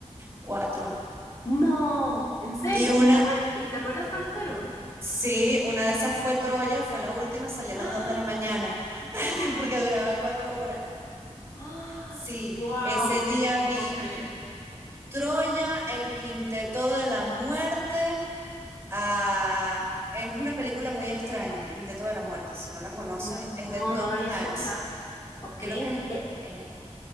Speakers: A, on the right; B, on the left.
A: Cuatro.
B: No, en serio,
A: Y una,
B: ¿y te acuer- y te acuerdas cuáles fueron?
A: sí, una de esas fue Troya, fue la última, salí a
B: ¡Ah!
A: las dos de la mañana <laughs>
B: Wow,
A: porque duraba cuatro horas.
B: ¡Ah!
A: Sí,
B: wow,
A: ese día
B: no
A: vi
B: lo puedo creer.
A: Troya, el Quinteto de la Muerte. ah, es una película muy extraña, el Quinteto de la Muerte. Si no
B: Ok,
A: la conoces,
B: sí, no,
A: es
B: no,
A: de Tom
B: no lo había
A: Hanks.
B: escuchado. Ok,
A: Creo
B: e-
A: que es, es